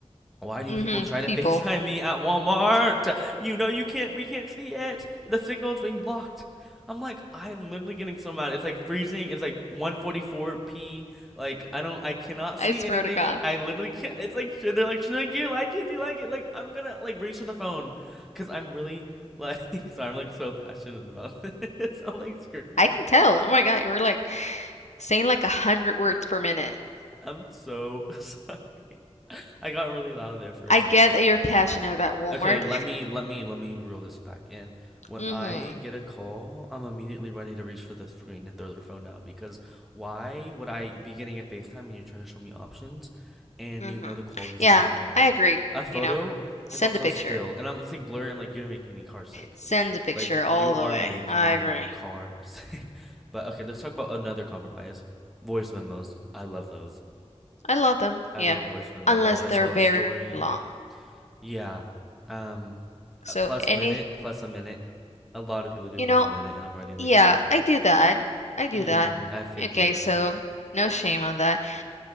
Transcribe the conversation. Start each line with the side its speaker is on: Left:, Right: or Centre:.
Centre: Why do
Left: Mm-hmm.
Centre: people try to
Left: People.
Centre: <laughs> FaceTime me at Walmart? You know you can't we can't see it. The signal's being blocked. I'm like, I'm literally getting so mad. It's like freezing. It's like 144p. Like I don't I cannot
Left: I
Centre: see
Left: swear
Centre: anything.
Left: to God.
Centre: I literally can't it's like should they're like, should I do you like it? Do you like it? Like I'm gonna like reach for the phone. Cause I'm really like <laughs> sorry, I'm like so passionate about this. <laughs> I'm like screaming.
Left: I can tell. Oh my God, you were like saying like a hundred words per minute.
Centre: I'm so sorry. <laughs> I got really loud there for
Left: I
Centre: a second.
Left: get that you're passionate about Walmart.
Centre: Okay, let me let me let me reel this back in.
Left: <laughs>
Centre: When
Left: Mm-hmm.
Centre: I get a call, I'm immediately ready to reach for the screen and throw their phone down because why would I be getting a FaceTime and you're trying to show me options and
Left: Mm-hmm.
Centre: you know the quality's
Left: Yeah,
Centre: gonna be bad?
Left: I agree.
Centre: A photo
Left: You know, send
Centre: is also
Left: a picture.
Centre: still, and I'm it's like blurry. I'm like, you're making me car sick.
Left: Send a picture
Centre: Like
Left: all
Centre: you
Left: the
Centre: are
Left: way.
Centre: making
Left: I
Centre: me
Left: agree.
Centre: car <laughs> sick. But okay, let's talk about another compromise. Voice memos. I love those.
Left: I love them.
Centre: I
Left: Yeah.
Centre: love a voice memo.
Left: Unless
Centre: If I want
Left: they're
Centre: to tell
Left: very
Centre: a story,
Left: long.
Centre: yeah. Um,
Left: So
Centre: a plus
Left: any,
Centre: minute, plus a minute. A lot of people do
Left: you
Centre: plus
Left: know,
Centre: a minute, and I'm already like
Left: yeah,
Centre: mad.
Left: I do that. I do
Centre: Mm,
Left: that.
Centre: I figured.
Left: Okay, so no shame on that.